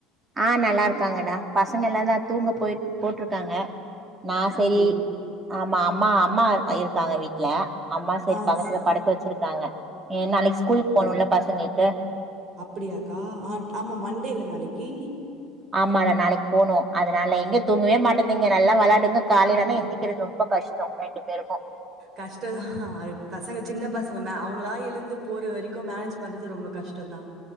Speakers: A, on the right (about 25°); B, on the right (about 40°).
A: ஆஹ் நல்லா இருக்காங்கடா பசங்க எல்லாதா தூங்க போய் போட்ருக்காங்க. நான் சேரி
B: அப்படியா
A: ஆமா அம்மா அம்மா இருக்காங்க வீட்ல. அம்மா செரி
B: ஆ
A: பக்கத்துல
B: ஸ்-
A: படுக்க வச்சுருக் க்காங்க இனி நாளைக்கு ஸ்கூல் போகுல பசங்களுக் ப
B: அப்பிடியாக்கா ஆமா மண்டேல்ல நாளைக்கு?
A: ஆமாடா நாளைக்கு போனு. அதனால எங்க தூங்கவே மாட்டீதுங்க. நல்லா வெளாட் டுங்க காலேலான எந்திக்கிறது ரொம்ப கஷ்டோ ரெண்டு பேருக்கு
B: கஷ்டந்தா அத் பசங்க சின்ன பசங்கனா அவ் வ்ங்களா எழுந்து போற வரைக்கு மேனேஜ் பண்றது ரொம்போ கஷ்டோதா.